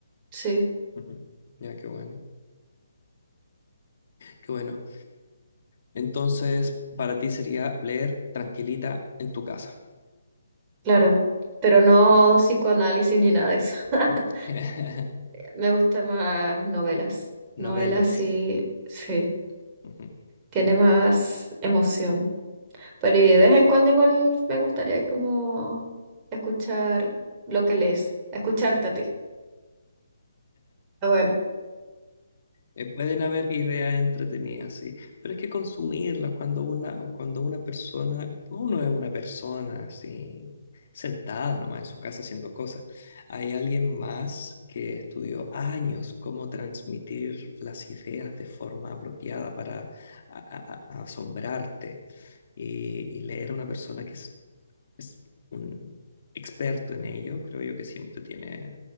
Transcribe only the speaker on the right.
sí,
claro, pero no psicoanálisis ni nada de eso. <laughs>
Me gustan más novelas. Novelas
sí, sí,
tiene más emoción. Pero y de vez en cuando igual me gustaría como escuchar lo que lees, escucharte a ti. Ah, bueno.